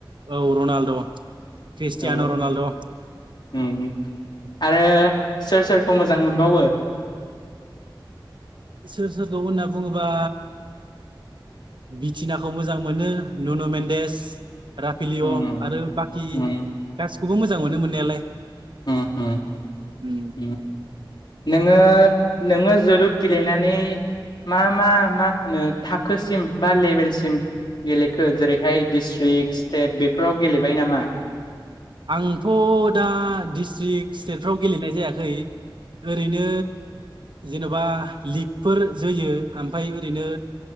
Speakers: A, on the right; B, on the left.
A: औ रनाल्ड' खृस्टियान'
B: औ
A: रनाल्ड'
B: उम आरो सोर सोरखौ मोजां मोनबावो?
A: सोर सोरखौ होनना बुङोबा बिथिनाखौ मोजां मोनो नुनु मेनदेस राफेलिय'
B: उम
A: आरो बाखि
B: उम
A: गासिखौबो मोजां मोनो मोननायालाय।
B: होम होम।
A: उम
B: ओम नोङो नोङो जोलुट गेलेनानै मा मा मा होनो थाखोसिम बा लेबेलसिम गेलेखो जेरैहाय डिस्ट्रिक, स्टेट बेफोराव गेलेबाय नामा?
A: आंथ' दा डिस्ट्रिक स्टेटफ्राव गेलेनाय जायाखै। ओरैनो जेन'बा लिगफोर जोयो ओमफाय ओरैनो